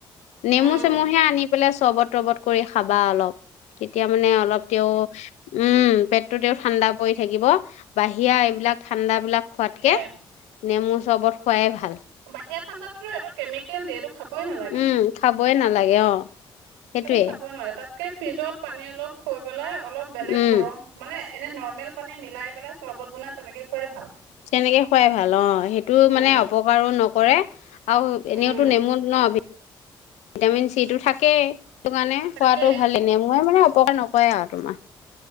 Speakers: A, on the left; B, on the right.
A: নেমু
B: উম।
A: চেমুহে আনিম বোলে চবত তৰবত কৰি খাব বা অলপ তেতিয়া মানে অলপ তেওঁ উম পেটটো তে ঠাণ্ডা পৰি থাকিব বাহিৰা এইবিলাক ঠাণ্ডাবিলাক খোৱাতকে
B: তাকে
A: নেমু চবত খোৱাই ভাল
B: বাহিৰা ঠাণ্ডাতটো এইটো কেমিকেল দিয় এইটো খাবই নালাগে
A: উম খাবই নালাগে অ সেইটোৱে
B: সেইটো খাবই নালাগে তাত ফ্ৰিজত পানী অলপ থৈ পেলাই অলপ বেলেগ
A: উম
B: গৰম মানে এনে নৰ্মেল পানী মিলাই পেলাই চৰ্বত বনাই তেনেকে খুৱাই ভাল
A: তেনেকে খুৱাই ভাল অ সেইটো
B: উম
A: মানে অপকাৰো নকৰে আৰু এনেওতো
B: উম
A: নেমু ন ভিটামিন চিটো থাকেই সটো কাৰণে
B: থাকেই
A: খোৱাাতটো ভাল এনে মইে মানে কয় নকয় আৰু তোমাৰ